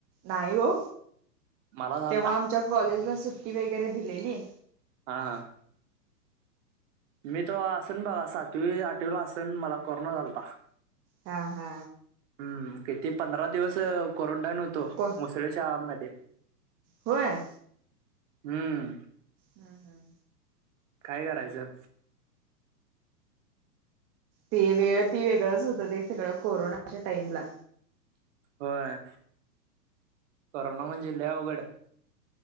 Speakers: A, on the right; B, on the right.
A: नाही ओ
B: मला झालता
A: तेव्हा आमच्या कॉलेजला सुट्टी वगैरे दिलेली.
B: हां हां. मी तेव्हा असन बघा सातवी आठवीला असन मला कोरोना झालता.
A: हा हा.
B: हम किती पंधरा दिवस क्वारंटाईन हो तो
A: को
B: मुसळे शाळा माहितीये
A: होय
B: हम्म.
A: हम्म हम्म.
B: काय करायचं?
A: ते वेळ ती वेगळंच होतं ते सगळं कोरोनाच्या टाईमला.
B: होय करोना म्हणजे लई अवघड.